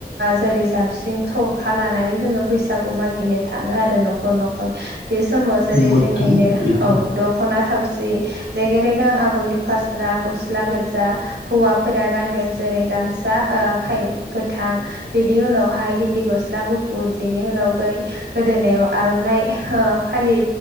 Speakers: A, on the right (about 85°); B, on the left (about 80°).
A: जेरै जाबस्रिं थरखा लानानै जोङो बैसागु मागिनो थाङो आरो न'खर न'खर बे समाव जेरै
B: नंगौ
A: जोंनिनो
B: नोंथां सैथो
A: औ खना थावसि रेगे रेगां आगरनि फास्ला गस्ला गो्जा हौवाफोरा गानगोन जेरै गामसा खाय गोथां बेनि उनावहाय गिन्दि गस्ला गुफुर बेनि उनाव यै गोदोनायाव आर'नाइ ओ फालि